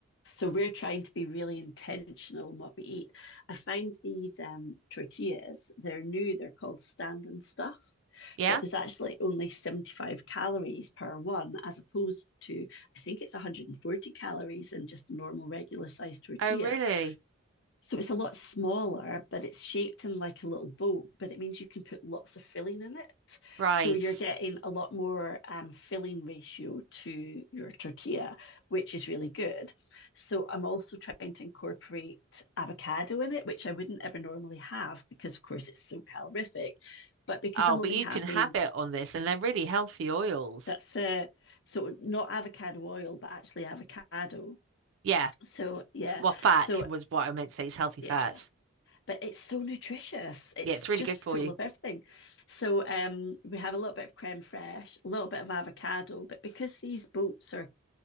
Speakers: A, on the left; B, on the right.
A: So we're trying to be really intentional in what we eat. I found these um, tortillas, they're new, they're called stand and stuff,
B: Yeah?
A: but there's actually only 75 calories per one, as opposed to, I think it's 140 calories in just a normal regular sized tortilla.
B: Oh, really?
A: So it's a lot smaller, but it's shaped in like a little boat, but it means you can put lots of filling in it.
B: Right.
A: So you're getting a lot more um, filling ratio to your tortilla, which is really good. So I'm also trying to incorporate avocado in it, which I wouldn't ever normally have because, of course, it's so calorific. But because
B: Oh,
A: I'm
B: but
A: only
B: you
A: having,
B: can have it on this and they're really healthy oils.
A: that's it. So not avocado oil, but actually avocado.
B: Yeah.
A: So yeah,
B: Well, fats
A: so
B: was what I meant to say. It's healthy
A: yeah.
B: fats.
A: but it's so nutritious. It's
B: Yeah, it's really
A: just
B: good
A: full
B: for you.
A: of everything. So um, we have a little bit of creme fraiche, a little bit of avocado, but because these boats are